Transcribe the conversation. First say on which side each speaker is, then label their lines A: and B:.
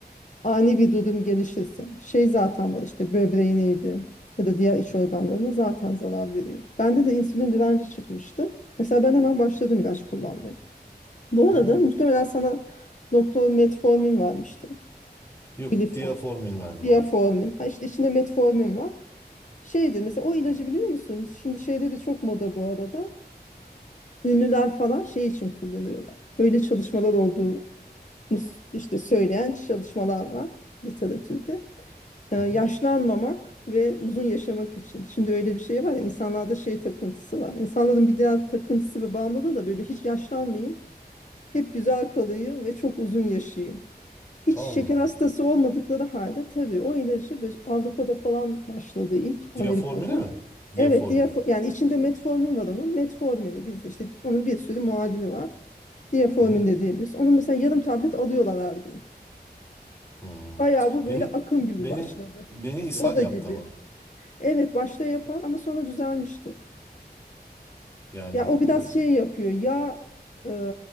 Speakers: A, on the left; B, on the left.
A: ani bir durum gelişirse şey zaten var işte böbreğineydi ya da diğer iç organlarına zaten zarar veriyor. Bende de insülin direnci çıkmıştı. Mesela ben hemen başladım ilaç kullanmaya. Bu arada
B: Ha.
A: muhtemelen sana doktor metformin vermişti.
B: Yok,
A: Glifor,
B: diaformin verdi
A: diaformin.
B: bana.
A: Ha işte içinde metformin var. Şeydi mesela o ilacı biliyor musun? Şimdi şeyde de çok moda bu arada. Ünlüler falan şey için kullanıyorlar. Öyle çalışmalar olduğunu işte söyleyen çalışmalar var literatürde. Ee,
B: Hı
A: yaşlanmamak
B: hı.
A: ve uzun yaşamak için. Şimdi öyle bir şey var ya insanlarda şey takıntısı var. İnsanların bir diğer takıntısı ve bağımlılığı da böyle hiç yaşlanmayayım, hep güzel kalayım ve çok uzun yaşayayım. Hiç
B: Allah
A: şeker
B: Allah.
A: hastası olmadıkları halde tabii o ilacı böyle Avrupa'da falan başladı ilk Amerika'da.
B: Diaformine mi?
A: Evet,
B: Diaformin.
A: diyafo- yani içinde metformin var onun. Metformini bizde işte onun bir sürü muadili var. diaformin
B: Hı hı.
A: de diyebiliriz. Onun mesela yarım tablet alıyorlar her gün.
B: Hmm.
A: Bayağı bu böyle
B: Beni
A: akım gibi
B: beni
A: başladı.
B: beni ishal
A: Moda
B: yaptı
A: gibi.
B: ama.
A: Evet başta yapar ama sonra düzelmiştir.
B: Yani
A: Ya o biraz
B: e,
A: şey yapıyor. Yağ e,